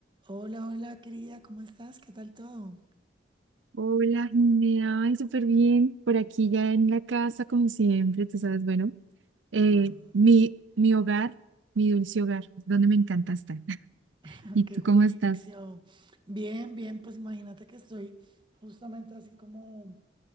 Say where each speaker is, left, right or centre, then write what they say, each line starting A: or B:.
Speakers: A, on the right (about 25°); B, on the right (about 80°).
A: Hola, hola, querida, ¿cómo estás? ¿Qué tal todo?
B: Hola, Jimena, ay, súper bien. Por aquí ya en la casa, como siempre, tú sabes, bueno, eh,
A: Ah,
B: mi, mi hogar, mi dulce hogar, donde me encanta estar. <laughs>
A: <laughs>
B: ¿Y
A: qué
B: tú
A: juicio.
B: cómo estás?
A: Bien, bien, pues imagínate que estoy justamente así como,